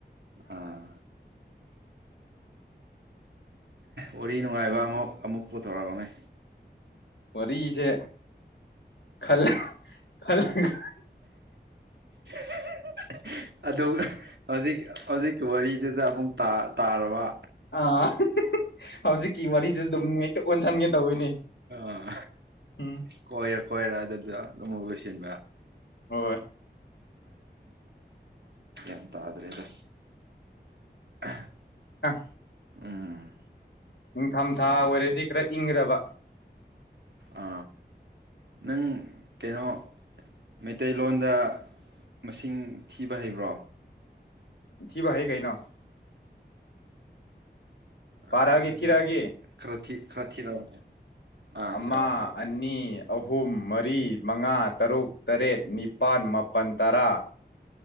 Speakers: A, on the right (about 75°); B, on the left (about 80°).
A: ꯑꯥ ꯋꯥꯔꯤ ꯅꯨꯡꯉꯥꯏꯕ ꯑꯃ ꯑꯃꯨꯛ ꯄꯨꯊꯣꯔꯛꯑꯣꯅꯦ
B: ꯋꯥꯔꯤꯁꯦ ꯈꯜꯂꯥ ꯈꯜꯂꯥꯒ
A: <unintelligible> ꯑꯗꯨꯒ ꯍꯧꯖꯤꯛ ꯍꯧꯖꯤꯛꯀꯤ ꯋꯥꯔꯤꯗꯨꯗ ꯑꯃꯨꯛ ꯇꯥ ꯇꯥꯔꯥꯕ
B: ꯍꯥ ꯍꯧꯖꯤꯛꯀꯤ ꯋꯥꯔꯤꯗꯨ ꯑꯗꯨꯝ ꯍꯦꯛꯇꯥ ꯑꯣꯟꯁꯟꯒꯦ ꯇꯧꯋꯤꯅꯦ
A: ꯑꯥ
B: ꯎꯝ
A: ꯀꯣꯏꯔ ꯀꯣꯏꯔ ꯑꯗꯨꯗ ꯑꯗꯨꯃꯛ ꯂꯣꯏꯁꯤꯟꯕ
B: ꯍꯣꯏ
A: ꯒꯌ꯭ꯥꯟ ꯇꯥꯗ꯭ꯔꯦꯗ ꯑ
B: ꯑ
A: ꯎꯝ
B: ꯅꯤꯡꯊꯝꯊꯥ
A: ꯁꯥꯏ
B: ꯑꯣꯏꯔꯗꯤ ꯈꯔ ꯏꯪꯒꯗꯕ
A: ꯑ ꯅꯪ ꯀꯩꯅꯣ ꯃꯩꯇꯩꯂꯣꯟꯗ ꯃꯁꯤꯡ ꯊꯤꯕ ꯍꯩꯕ꯭ꯔꯣ
B: ꯊꯤꯕ ꯍꯩ ꯀꯩꯅꯣ
A: ꯑ
B: ꯄꯥꯔꯛꯑꯒꯦ
A: ꯑꯗꯨꯗꯤ
B: ꯊꯤꯔꯛꯑꯒꯦ
A: ꯈꯔ ꯊꯤ ꯈꯔ ꯊꯤꯔꯛꯑꯣꯅꯦ ꯑꯥ
B: ꯑꯃ
A: ꯊꯤꯔꯛꯑꯣ ꯊꯤꯔꯛꯑꯣ
B: ꯑꯅꯤ ꯑꯍꯨꯝ ꯃꯔꯤ ꯃꯉꯥ ꯇꯔꯨꯛ ꯇꯔꯦꯠ ꯅꯤꯄꯥꯟ ꯃꯥꯄꯟ ꯇꯔꯥ